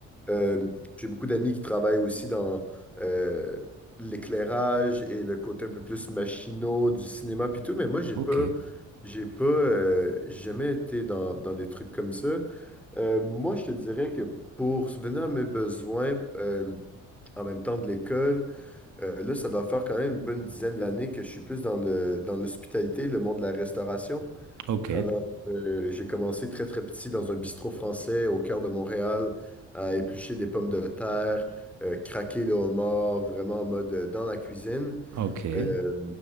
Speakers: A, in the centre; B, on the right.
A: Euh, j'ai beaucoup d'amis qui travaillent aussi dans euh, l'éclairage et le côté un peu plus machinot du cinéma puis tout, mais moi j'ai
B: ok,
A: pas j'ai pas euh, j'ai jamais été dans, dans des trucs comme ça. Euh, moi je te dirais que pour subvenir à mes besoins euh, en même temps de l'école, euh, là ça doit faire quand même une bonne dizaine d'années que je suis plus dans le dans l'hospitalité, le monde de la restauration.
B: ok,
A: Alors, euh, j'ai commencé très très petit dans un bistrot français au cœur de Montréal à éplucher des pommes de terre, euh, craquer le homard, vraiment en mode euh, dans la cuisine.
B: ok.
A: Euh,